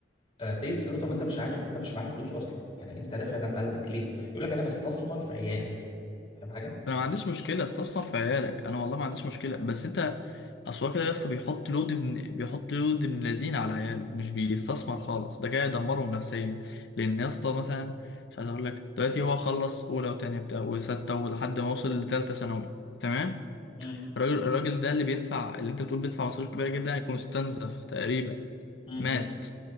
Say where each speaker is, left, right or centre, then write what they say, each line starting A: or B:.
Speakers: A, on the left; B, on the left.
A: آه تيجي تساله طب انت مش عارف انت مش معاك فلوس اصلا يعني انت دافع دم قلبك ليه يقول لك انا بستثمر في عيالي فاهم حاجه
B: انا ما عنديش مشكله استثمر في عيالك انا والله ما عنديش مشكله بس انت اصل هو كده يا اسطى بيحط لود ابن بيحط لود ابن لذين على عياله مش بيستثمر خالص ده كده يدمرهم نفسيا لان يا اسطى مثلا مش عايز اقول لك دلوقتي هو خلص اولى وتانية بتاع وستة ولحد ما وصل لتالتة ثانوي تمام
A: امم
B: الراجل الراجل ده اللي بيدفع اللي انت بتقول بيدفع مصاريف كبيره جدا هيكون استنزف تقريبا
A: امم
B: مات